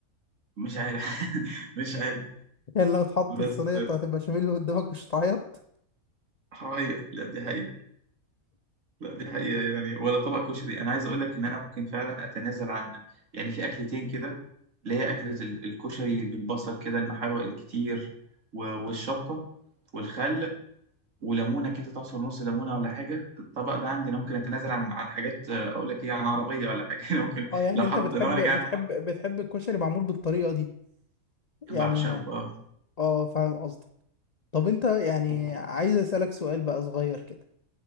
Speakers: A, on the right; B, on the left.
A: مش عارف <laughs> مش عارف
B: يعني لو اتحط
A: بس
B: الصينية
A: آه،
B: بتاعت البشاميل اللي قدامك مش هتعيط
A: هعيط لا دي حقيقة لا دي حقيقة يعني ولا طبق كشري أنا عايز أقول لك إن أنا ممكن فعلا أتنازل عن يعني في أكلتين كده اللي هي أكلة ال- الكشري بالبصل كده المحروق الكتير و- والشطة والخل وليمونة كده تعصر نص ليمونة ولا حاجة الطبق ده عندي أنا ممكن أتنازل عن عن حاجات آه، أقول لك إيه عن عربية ولا حاجة <laughs> أنا ممكن
B: اه يعني
A: لو
B: انت
A: حد
B: بتحب
A: لو أنا
B: بتحب
A: جعان
B: بتحب الكشري معمول بالطريقة دي يعني
A: بعشقه
B: ما
A: بقى
B: اه فاهم قصدك طب انت يعني
A: و-
B: عايز اسألك سؤال بقى صغير كده